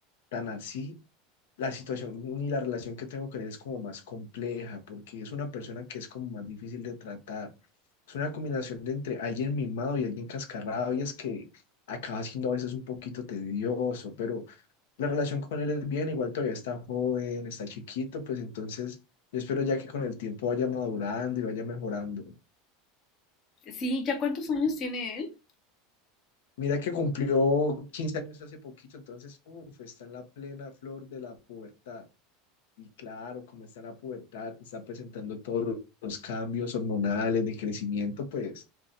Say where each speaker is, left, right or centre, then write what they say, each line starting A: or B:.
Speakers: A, on the left; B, on the left.
A: tan así, la situación ni la relación que tengo con él es como más compleja, porque es una persona que es como más difícil de tratar. Es una combinación de entre alguien mimado y alguien cascarrado, y es que acaba siendo a veces un poquito tedioso, pero la relación con él es bien, igual todavía está joven, está chiquito, pues entonces yo espero ya que con el tiempo vaya madurando y vaya mejorando.
B: Sí, ¿ya cuántos años tiene él?
A: Mira que cumplió 15 años hace poquito, entonces, uff está en la plena flor de la pubertad. Y claro, como está en la pubertad, está presentando todos lo- los cambios hormonales de crecimiento, pues